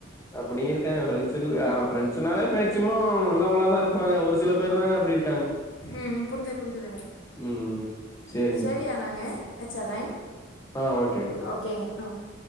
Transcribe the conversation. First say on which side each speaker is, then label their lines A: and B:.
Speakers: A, on the left (about 15°); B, on the left (about 65°).
A: அப்டி இருக் காங்க ஃபிரெண்ட்ஸ் ஆனா பிரெண்ட்ஸ்னாலே மேக்சிமம் நல்லவங்கள தா இருப்பாங்க ஒரு சில பேர் தாங்க அப்டி இருக்
B: உஹம் புரிஞ்சுது புரிஞ்சுதுங்க
A: ம் சேரிங்க
B: உம் சரியானாங்க வச்சர்றே
A: ஆ ஓகேங்க
B: ஓகேங்க ஓகே